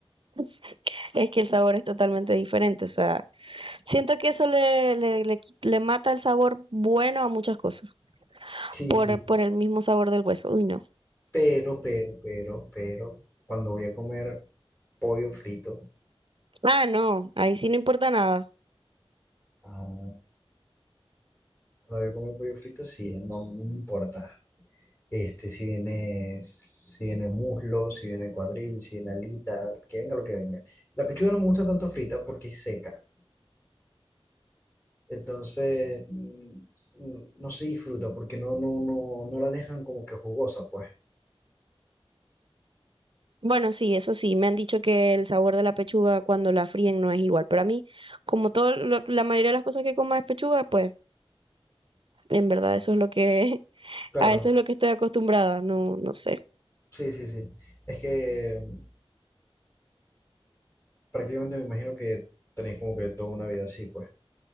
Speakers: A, on the right; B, on the left.
A: <laughs> Es que el sabor es totalmente diferente. O sea, siento que eso le, le, le qui- le mata el sabor bueno a muchas cosas
B: Sí,
A: por,
B: sí, sí.
A: por el mismo sabor del hueso. Uy, no.
B: Pero, pero, pero, pero, cuando voy a comer pollo frito,
A: Ah, no, ahí sí no importa nada.
B: ah, cuando voy a comer pollo frito, sí, no, no me importa. Este, si viene, si viene muslo, si viene cuadril, si viene alita, que venga lo que venga. La pechuga no me gusta tanto frita porque es seca. Entonces, mm, mm, no se disfruta porque no, no, no, no la dejan como que jugosa, pues.
A: Bueno, sí, eso sí, me han dicho que el sabor de la pechuga cuando la fríen no es igual, pero a mí, como todo, lo- la mayoría de las cosas que como es pechuga, pues en verdad eso es lo que, <laughs>
B: Claro,
A: a eso es lo que estoy acostumbrada, no, no sé.
B: sí, sí, sí. Es que mm, prácticamente me imagino que tenéis como que toda una vida así, pues,